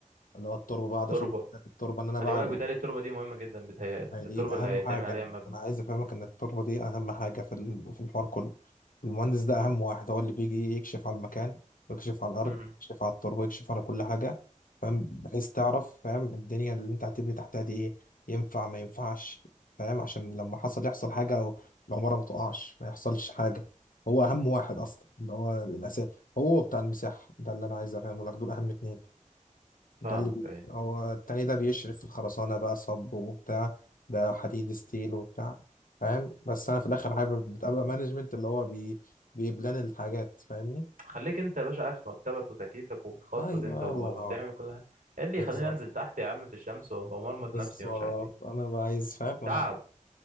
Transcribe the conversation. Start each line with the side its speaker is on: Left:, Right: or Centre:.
Left: اللي هو التربة بقعد
Right: تربة
Left: اشوف التربة اللي انا
Right: خلي
Left: بقى
Right: بالك بيتهيألي التربة دي مهمة جدا بيتهيألي
Left: ما هي
Right: التربة
Left: دي اهم
Right: اللي هيتعمل
Left: حاجه
Right: عليها المبنى
Left: انا عايز افهمك ان التربه دي اهم حاجه في ال- في الحوار كله المهندس ده اهم واحد هو اللي بيجي يكشف على المكان ويكشف على الارض
Right: امم
Left: يكشف على التربه يكشف على كل حاجه فاهم بحيث تعرف فاهم الدنيا اللي انت هتبني تحتها دي ايه ينفع ما ينفعش فاهم عشان لما حصل يحصل حاجه او العماره ما تقعش ما يحصلش حاجه هو اهم واحد اصلا اللي هو الاساس هو بتاع المساحه ده اللي انا عايز افهمه لك دول اهم اتنين ده
Right: فاهمك
Left: اللي بي...
Right: أيوه
Left: هو التاني ده بيشرف في الخرسانة بقى صب وبتاع ده حديد ستيل وبتاع فاهم بس أنا في الآخر حابب بتبقى مانجمنت اللي هو بي... بيبلان الحاجات فاهمني
Right: خليك أنت يا باشا قاعد في مكتبك وتكييفك وبتخطط
Left: أيوة
Right: أنت وبتعمل
Left: الله ينور
Right: كل ده إيه اللي
Left: بالظبط
Right: يخليني أنزل تحت يا عم في الشمس ومرمط
Left: بالظبط
Right: نفسي ومش عارف إيه
Left: أنا بقى عايز فاهم
Right: تعب